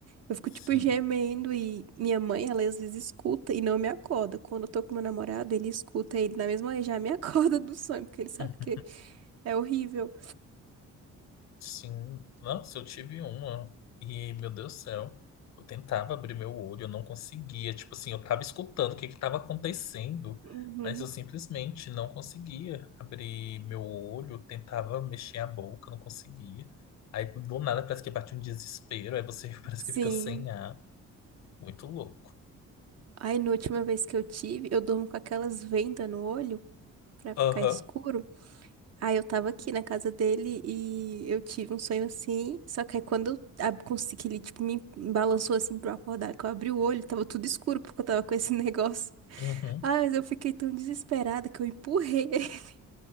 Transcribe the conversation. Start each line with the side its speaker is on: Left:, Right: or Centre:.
Right: Eu fico
Left: sim.
Right: tipo gemendo e minha mãe, ela às vezes escuta e não me acorda. Quando eu tô com meu namorado, ele escuta, ele na mesma hora já me <laughs> acorda do sonho, porque ele sabe
Left: <laughs>
Right: que é horrível.
Left: Sim, nossa, eu tive uma e, meu Deus do céu, eu tentava abrir meu olho, eu não conseguia. Tipo assim, eu tava escutando o que que tava acontecendo,
Right: Uhum.
Left: mas eu simplesmente não conseguia abrir meu olho, tentava mexer a boca, não conseguia. Aí do nada parece que bate um desespero, aí você <laughs> parece
Right: Sim.
Left: que fica sem ar, muito louco.
Right: Aí, na última vez que eu tive, eu durmo com aquelas vendas no olho pra
Left: Aham,
Right: ficar escuro. Aí eu tava aqui na casa dele e eu tive um sonho assim. Só que aí quando eu ab- consegui, que ele tipo, me balançou assim pra eu acordar, que eu abri o olho, tava tudo escuro porque eu tava com esse <laughs> negócio.
Left: uhum,
Right: Ah, mas eu fiquei tão desesperada que eu empurrei. <laughs>